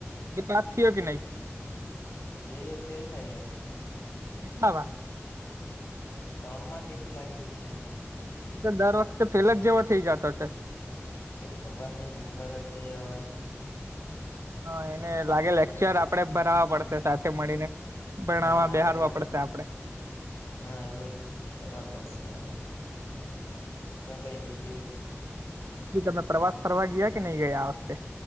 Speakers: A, on the right; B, on the left.
A: એ પાસ થયો કે નહી
B: એ ફેલ થયેલો છે.
A: કેટલા મા?
B: એ તણમાં કેટી લાગેલી છે એને.
A: એ તો દર વખતે ફેલ જ જેવા થઇ જતો છે.
B: એ ખબર નઈ હુ કરેએ હવે.
A: હા એને લાગે લેક્ચર આપડે ભરાવા પડશે. સાથે મળીને ભણવા
B: હા એવું
A: બેહાળવા
B: જ લાગે
A: પડશે આપડે.
B: હા એવું જ કરવા પડશે હવે શું કે બીજુ?
A: ઈ તમે પ્રવાસ ફરવા ગયા કે નહી ગયા આ વખતે?